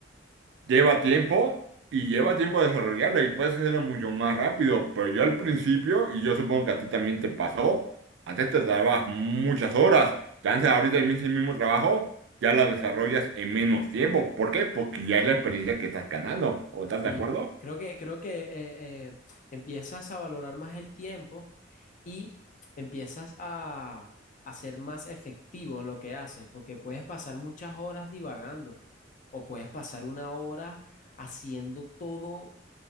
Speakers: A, on the right (about 70°); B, on the left (about 40°).
A: lleva tiempo y lleva tiempo desarrollarla y puedes hacerla mucho más rápido, pero yo al principio, y yo supongo que a ti también te pasó, antes te tardabas muchas horas, chance ahorita el mismo, el mismo trabajo, ya la desarrollas en menos tiempo. ¿Por qué? Porque ya es la experiencia que estás ganando, ¿o estás
B: Sí,
A: de acuerdo?
B: creo que, creo que eh, eh, empiezas a valorar más el tiempo y empiezas a, a ser más efectivo en lo que haces, porque puedes pasar muchas horas divagando o puedes pasar una hora haciendo todo